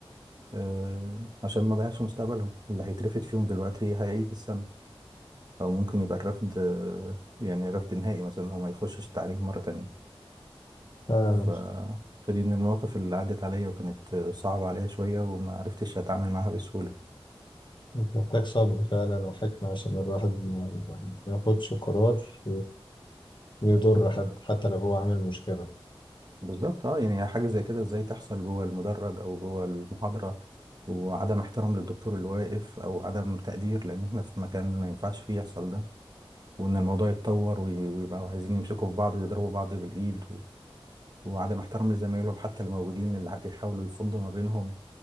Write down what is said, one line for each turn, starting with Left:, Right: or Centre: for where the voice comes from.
Right: آه، عشان ما اضيعش مستقبلهم اللي هيترفد فيهم دلوقتي هيعيد السنه او ممكن يبقى الرفض آه، يعني رفض نهائي مثلا هو ما يخشش تعليم مرة تانية
Left: فعلا
Right: ف... فدي من المواقف اللي عدت عليا وكانت آه، صعبة عليا شوية وما عرفتش اتعامل معاها بسهولة
Left: محتاج صبر فعلا وحكمة عشان الواحد ما ما ياخدش قرار يضر حد حتى لو هو عامل مشكلة
Right: بالظبط اه يعني حاجة زي كده ازاي تحصل جوه المدرج او جوه المحاضرة وعدم احترام للدكتور اللي واقف او عدم تقدير لان احنا في مكان ما ينفعش فيه يحصل ده وان الموضوع يتطور وي- ويبقوا عايزين يمسكوا في بعض ويضربوا بعض بالايد و... وعدم احترام لزمايلهم حتى اللي موجودين اللي بيحاولوا يفضوا ما بينهم